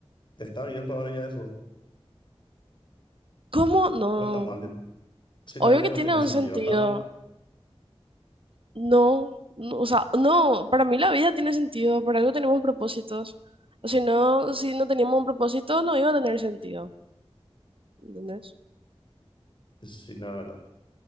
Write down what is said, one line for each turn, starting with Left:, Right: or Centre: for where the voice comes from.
Left: está bien todavía eso,
Right: ¿Cómo? No.
Left: o está mal. Si la
Right: Obvio
Left: vida
Right: que
Left: no
Right: tiene
Left: tiene
Right: un
Left: sentido,
Right: sentido.
Left: está mal.
Right: No, no, o sea, no, para mí la vida tiene sentido, por algo tenemos propósitos. O si no, si no teníamos un propósito, no iba a tener sentido. ¿Entendés?
Left: Sí, la verdad.